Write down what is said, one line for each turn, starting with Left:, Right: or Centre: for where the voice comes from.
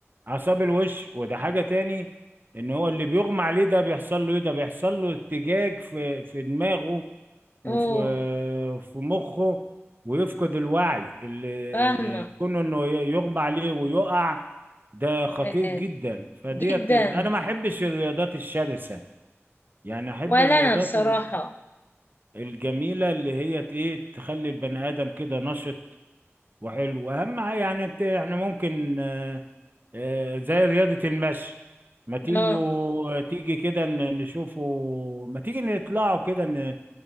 Right: اعصاب الوش وده حاجة تاني ان هو اللي بيغمى عليه ده بيحصل له ايه ده بيحصل له ارتجاج في في دماغه
Left: اه
Right: وفي في مخه ويفقد الوعي اللي
Left: فاهمة
Right: كونه انه ي- يغمى عليه ويقع ده خطير
Left: آه،
Right: جدا فديت
Left: جدا
Right: انا ما احبش الرياضات الشرسة يعني احب
Left: ولا
Right: الرياضات
Left: انا بصراحة
Right: ال- الجميلة اللي هي ت- ايه تخلي البني ادم كده نشط وحلو واهم حاجه يعني انت احنا ممكن آه، آه، زي رياضه المشي ما تيجوا
Left: اه
Right: تيجي كده ن- نشوفوا ما تيجي نطلعوا كده ن-